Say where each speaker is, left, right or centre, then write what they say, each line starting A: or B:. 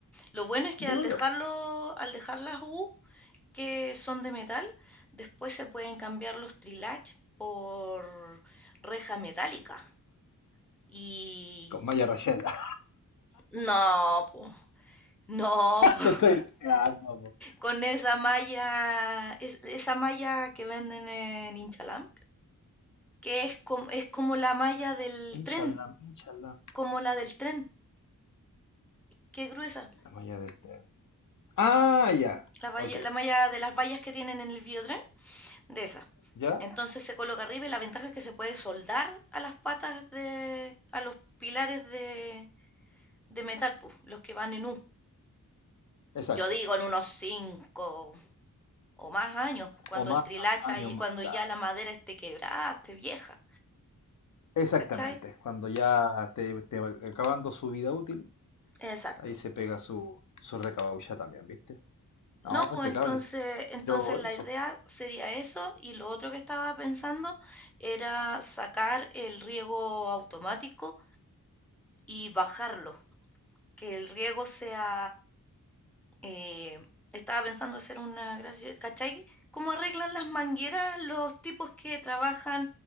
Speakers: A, in the centre; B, on the left (about 60°).
A: Lo bueno es que
B: Digo
A: al dejarlo,
B: yo,
A: al dejar las U, que son de metal, después se pueden cambiar los trilach por reja metálica. Y
B: con Maya Rachel, <laughs>
A: no, po, no, po. <laughs>
B: te estoy diciendo, po.
A: con esa malla, es- esa malla que venden en Inchalam, que es como, es como la malla del
B: Inshallah,
A: tren,
B: inshallah,
A: como la del tren, que es gruesa,
B: la Maya del tren. Ah, ya,
A: la, valla-
B: ok,
A: la malla de las vallas que tienen en el biotren, de esa.
B: ya,
A: Entonces se coloca arriba y la ventaja es que se puede soldar a las patas de, a los pilares de, de metal, pues, los que van en U.
B: exacto.
A: Yo digo en unos cinco o más años, pues, cuando
B: O más
A: el trilacha
B: años
A: y
B: más,
A: cuando
B: claro.
A: ya la madera esté quebrada, esté vieja,
B: Exactamente,
A: ¿cachai?
B: cuando ya te, te acabando su vida útil.
A: Exacto.
B: Ahí se pega su, su recaucha también, ¿viste?
A: No,
B: No,
A: pues
B: impecable.
A: entonces, entonces
B: Pero
A: la
B: eso,
A: idea sería eso y lo otro que estaba pensando era sacar el riego automático y bajarlo, que el riego sea Eh, estaba pensando hacer una gracia, ¿cachai? ¿Cómo arreglan las mangueras los tipos que trabajan